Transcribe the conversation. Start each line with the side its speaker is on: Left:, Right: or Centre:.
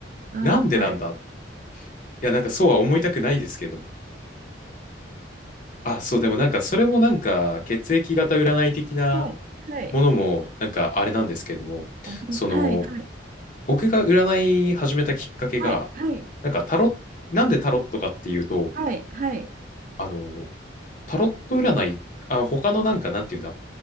Right: ああ、
Left: なんでなんだい
Right: はい。
Left: や、なんかそうは思いたくないですけど。あ、そう、でもなんかそれもなんか血液型占い的な
Right: はい。はい。
Left: ものもなんかあれなんですけれども、
Right: ありま、
Left: その
Right: はい。はい。
Left: 僕が占い始めたきっかけが、
Right: はい。
Left: なんかタロッ、なんでタロットかっていうと、
Right: はい。はい。
Left: あの、タロット占い、あ、他のなんか、なんていうんだ、